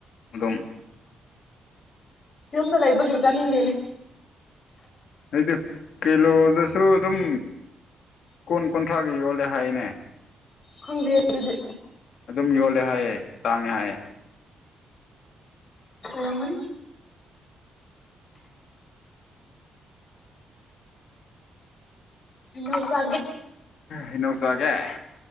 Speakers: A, on the left; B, on the left.
A: ꯑꯗꯨꯝ
B: ꯌꯨꯝꯗ ꯂꯩꯕꯒꯤ ꯆꯥꯅꯤꯡꯗꯦꯅꯦ
A: ꯑꯗꯨ ꯀꯤꯂꯣꯗꯁꯨ ꯑꯗꯨꯝ ꯀꯨꯟ ꯀꯨꯟꯊ꯭ꯔꯥꯒꯤ ꯌꯣꯜꯂꯦ ꯍꯥꯏꯅꯦ
B: ꯈꯪꯕꯤ ꯑꯗꯨꯗꯤ
A: ꯑꯗꯨꯝ ꯌꯣꯜꯂꯦ ꯍꯥꯏꯌꯦꯦ ꯇꯥꯡꯉꯦ ꯍꯥꯏꯌꯦꯦ
B: ꯔꯃꯟ ꯍꯜꯁꯦ
A: ꯍꯅꯣꯁꯒꯦ